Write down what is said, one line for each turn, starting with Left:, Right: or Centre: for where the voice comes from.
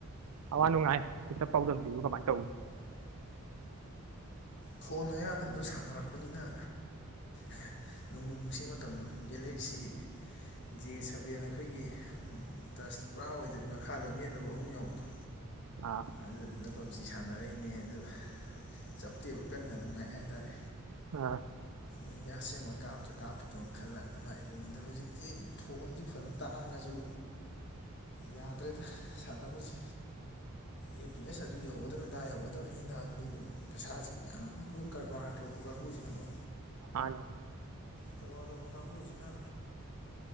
Right: ꯑꯋꯥ ꯅꯨꯡꯉꯥꯏ ꯍꯈꯤꯇꯥ ꯄ꯭ꯔꯥꯎꯗꯝꯕꯥꯌꯨ ꯀꯃꯥꯏꯅ ꯇꯧꯒꯅꯤ
Left: ꯐꯣꯟ ꯑꯌꯥꯗꯕꯗꯥ ꯁꯥꯟꯅꯔꯛ ꯄꯅꯤꯅꯥ꯫ ꯍꯥ ꯅꯣꯡꯕꯨ ꯅꯨꯡꯁꯤ ꯃꯇꯝꯗꯣ ꯒꯦꯂꯦꯛꯁꯤ ꯖꯦ ꯁꯕꯦꯟ ꯑꯩꯈꯣꯏꯒꯤꯗꯤ ꯍꯨ꯫ ꯇꯔꯁ ꯄꯨꯔꯥ ꯑꯣꯏꯗꯕꯤ ꯃꯈꯥꯗ ꯃꯦꯠꯅꯕ ꯑꯍꯨꯝ ꯌꯥꯎꯕꯤꯗꯣ꯫
Right: ꯑꯥ
Left: ꯑꯗꯨꯒꯤꯗꯅ ꯄꯞꯖꯤ ꯁꯥꯟꯅꯔꯛꯏꯅꯦ ꯑꯗꯨꯒꯥ ꯆꯞꯇꯦꯕ ꯀꯟꯅꯥ ꯅꯨꯡꯉꯥꯏ ꯍꯥꯏꯇꯥꯔꯦ
Right: ꯍꯥꯥꯥ
Left: ꯑꯩꯗꯤ ꯑꯁꯦꯡꯕꯥ ꯀꯥꯞꯇ ꯀꯥꯞꯄꯗꯣꯅ ꯈꯜꯂ ꯅꯨꯡꯉꯥꯏꯈꯤ ꯑꯗꯣ ꯍꯧꯖꯤꯛꯇꯤ ꯐꯣꯟꯁꯤ ꯐꯅꯥ ꯍꯅꯥ ꯇꯥꯡꯉꯁꯨ ꯌꯥꯗ꯭ꯔꯦꯗꯥ ꯁꯥꯟꯅꯕꯁꯤ ꯑꯦ ꯄꯤ ꯑꯦꯁ ꯑꯗꯨ ꯌꯧꯒꯗꯕꯅꯤ ꯑꯗꯥ ꯌꯧꯒꯗꯕꯅꯤꯅ ꯑꯗꯨ ꯄꯩꯁꯥꯁꯤ ꯃꯌꯥꯝ ꯑꯩꯈꯣꯒꯤ ꯀꯔꯕꯥꯔ ꯇꯧꯔꯛꯄꯥ ꯑꯩꯈꯣꯏꯁꯤꯅꯀꯣ꯫
Right: ꯃꯥꯟꯅꯤ
Left: ꯀꯔꯕꯥ ꯇꯧꯔꯛꯄꯥ ꯀꯥꯡꯕꯨꯁꯤꯅ